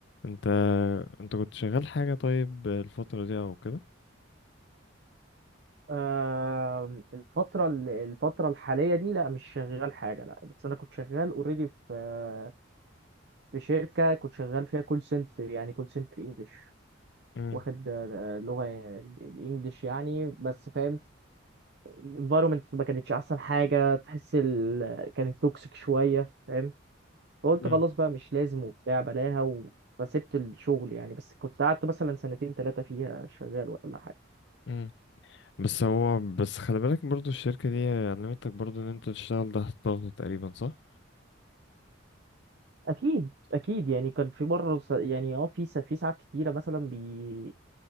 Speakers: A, on the left (about 60°); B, on the right (about 55°).
A: انت انت كنت شغال حاجة طيب الفترة دي او كده
B: آه الفترة الفترة الحالية دي لا مش شغال حاجة لا بس أنا كنت شغال اوريدي في آه، في شركة كنت شغال فيها كول سنتر يعني كول سنتر انجلش
A: مم.
B: واخد آه، لغة الانجليش يعني بس فاهم الانفايرمنت ما كانتش أحسن حاجة تحس ال... كانت توكسيك شوية فاهم فقلت
A: مم.
B: خلاص بقى مش لازم وبتاع بلاها و... فسبت الشغل يعني بس كنت قعدت مثلا سنتين ثلاثة فيها شغال ولا حاجة
A: مم. بس هو بس خلي بالك برضو الشركة دي علمتك برضو ان انت تشتغل تحت ضغط تقريبا صح؟
B: اكيد اكيد يعني كان في مره س- يعني اه في س- في ساعات كتيره مثلا بي